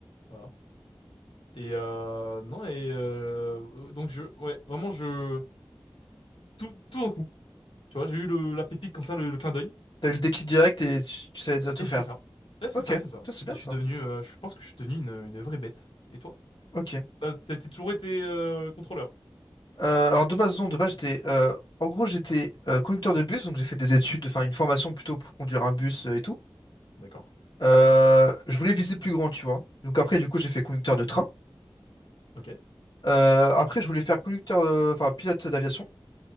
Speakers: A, on the left; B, on the left.
A: Voilà. Et euh, non, et euh, donc, je, ouais, vraiment, je. Tout, tout d'un coup. Tu vois, j'ai eu le, la pépite comme ça, le, le clin d'œil.
B: T'as eu le déclic direct et tu, tu savais déjà tout
A: Et
B: faire.
A: c'est ça. Et c'est
B: Ok,
A: ça, c'est ça.
B: ça c'est bien
A: Et je
B: ça.
A: suis devenu, euh, je pense que je suis devenu une, une vraie bête. Et toi?
B: Ok.
A: Euh, t'as t'as toujours été euh, contrôleur.
B: Euh, alors de base, non, de base, j'étais, euh, en gros, j'étais euh, conducteur de bus, donc j'ai fait des études, enfin une formation plutôt pour conduire un bus euh, et tout.
A: D'accord.
B: Euh, je voulais viser plus grand, tu vois. Donc après, du coup, j'ai fait conducteur de train.
A: Ok.
B: Euh, après, je voulais faire conducteur, euh, enfin pilote d'aviation.